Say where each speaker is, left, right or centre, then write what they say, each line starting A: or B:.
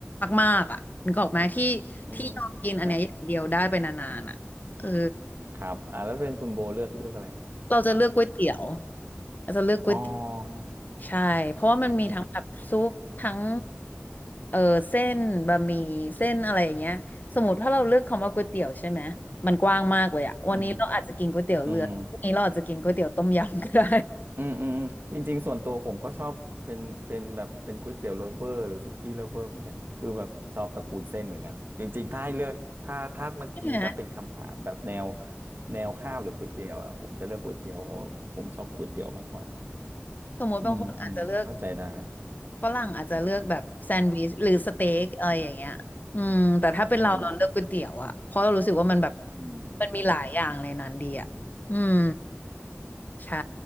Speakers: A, on the left; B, on the right.
A: มากๆอะนึกออกไหมที่ที่ยอมกินอันเนี้ยอย่างเดียวได้ไปนานๆอะเออ
B: อืมฮะครับอ่าแล้วเป็นคุณโบเลือกเลือกอะไรฮะ
A: เราจะเลือกก๋วยเตี๋ยวเราจะเลือกก๋วยเตี๋ยว
B: อ๋อฮะ
A: ใช่เพราะว่ามันมีทั้งแบบซุปทั้ง
B: ฮะ
A: เออเส้นบะหมี่เส้นอะไรอย่างเงี้ยสมมติถ้าเราเลือกคำว่าก๋วยเตี๋ยวใช่ไหมมันกว้างมากเลยอะวันนี้เราอาจจะกินก๋วยเตี๋ยวเรือพรุ่งนี้เราอาจจะกินก๋วยเตี๋ยวต้มยำก็ได้
B: อืมอืม อืมอืมอืมจริงๆส่วนตัวผมก็ชอบเป็นเป็นแบบเป็นก๋วยเตี๋ยวโ o เวอร์หรือสุกี้โลเวอร์เหมือนกันคือแบบชอบตระกูลเส้นเหมือนกันจริงๆถ้าให้เลือกถ้าถ้าเมื่อกี้ถ้าเป็นคำถามแบบแนว
A: <laughs> ใช่ไหม
B: แนวข้าวหรือก๋วยเตี๋ยวอ่ะผมจะเลือกก๋วยเตี๋ยวเพราะผมชอบก๋วยเตี๋ยวมากกว่า
A: สมมติบางคนอาจจะเลือก
B: อืมอืมเข้าใจได้
A: ฝรั่งอาจจะเลือกแบบแซนด์วิชหรือสเต็กอะไรอย่างเงี้ยอืมแต่ถ้าเป็นเราเราเลือกก๋วยเตี๋ยวอะเพราะเรารู้สึกว่ามันแบบ
B: อืมอืม
A: มันมีหลายอย่างในนั้นดีอะอืมใช่